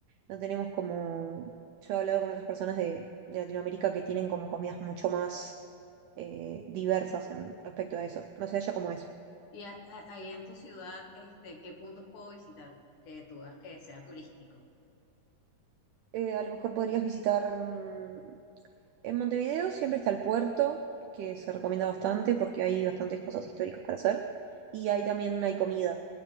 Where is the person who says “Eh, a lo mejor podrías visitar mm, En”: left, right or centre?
Right